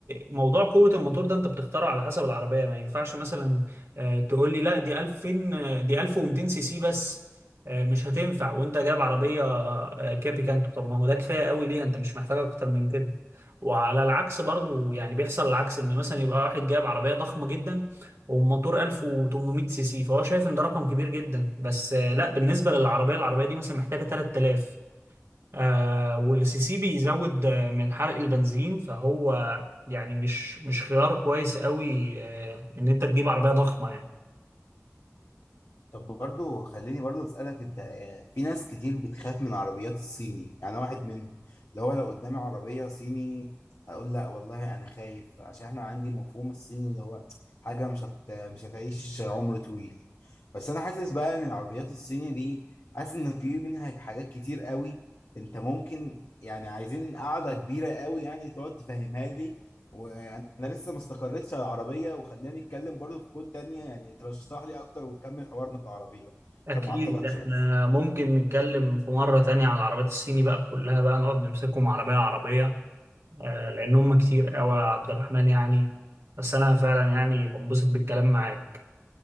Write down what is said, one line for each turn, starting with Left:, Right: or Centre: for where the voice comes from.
Right: موضوع قوة الموتور ده انت بتختاره على حسب العربية ما ينفعش مثلا آه، تقول لي لا دي 2000 آه، دي 1200 سي سي بس آه، مش هتنفع وانت جايب عربية آه، كابي كانتو طب ما هو ده كفاية قوي ليها انت مش محتاج اكتر من كده وعلى العكس برضو يعني بيحصل العكس ان مثلا يبقى واحد جايب عربية ضخمة جدا وموتور 1800 سي سي فهو شايف ان ده رقم كبير جدا بس آه، لا بالنسبة للعربية العربية دي مثلا محتاجة 3000 آه والسي سي بيزود آه، من حرق البنزين فهو يعني مش مش خيار كويس قوي آه، ان انت تجيب عربية ضخمة يعني
Left: طب برضو خليني برضو اسالك انت آه، في ناس كتير بتخاف من عربيات الصيني يعني انا واحد منهم اللي هو لو قدامي عربيه صيني هقول لا والله انا خايف عشان احنا عندي مفهوم الصيني اللي هو حاجه مش هت... مش هتعيش عمر طويل بس انا حاسس بقى ان العربيات الصيني دي حاسس ان في منها حاجات كتير قوي انت ممكن يعني عايزين قاعده كبيره قوي يعني تقعد تفهمها لي وانا لسه ما استقريتش على العربيه وخلاني اتكلم برضه في كول تانية يعني ترشح لي اكتر ونكمل حوارنا في العربيه
Right: أكيد
Left: عشان ما اعطلكش
Right: إحنا
Left: بس
Right: ممكن نتكلم في مرة تانية عن العربيات الصيني بقى كلها بقى نقعد نمسكهم عربية عربية آه، لأن هم كتير أوي يا عبد الرحمن يعني بس أنا فعلا يعني بنبسط بالكلام معاك